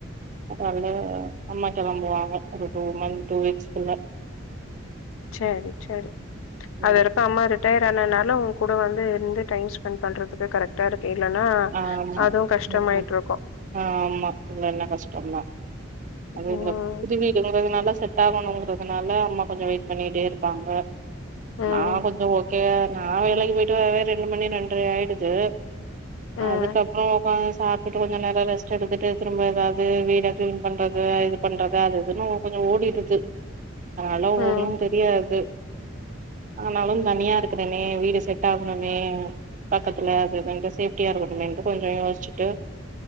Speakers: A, on the right; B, on the left.
A: அதால அம்மா கெளம்புவாங்க ஒரு டூ மந்த் டூ வீக்ஸ் குள்ள
B: சரி சரி
A: ம்
B: அது வரைக்கும் அம்மா ரிட்டையர் ஆனதுனால உங்க கூட வந்து இருந்து டைம் ஸ் பண் பண்றதுக்கு கரெக்ட்டா இருக்கு இல்லன்னா
A: ஆமா
B: அதுவு கஷ்டமாயிட்டு
A: ம்
B: இருக்கும்
A: ஆமா இல்லன்னா கஷ்டம் தான் அது
B: ம்
A: இந்த புதுவீடு தொடங்குன்னால செட் ட்டாகணுங்கறதுனால அம்மா கொஞ்சோ வெயிட் பண்ணிட்டே இருப்பாங்க
B: ம்
A: நா கொஞ்சோ ஓ கே நா வேலைக்கு போயிட்டு வரவே ரெண்டு மணி ரெண்டரை ஆயிடுது
B: ம்
A: அதுக்கப்பறோ ஒக்காந்து சாப்ட்டுட்டு கொஞ்ச நேரம் ரெஸ்ட் எடுத்துட்டு திரும்ப ஏதாவது வீட கிளீன் பண்றது இது பண்றத அது இதுன்னு கொஞ்சோ ஓடிடுது ஆள
B: ம்
A: ஒன்னும் தெரியாது ஆனாலும் தனியா இருக்கறனே வீடு செட் ஆகுணுமே பக்கத்துல அது இதுன்னு சேப் ட்டியா இருக்கனுமேன்ட்டு கொஞ்சோ யோசிச்சுட்டு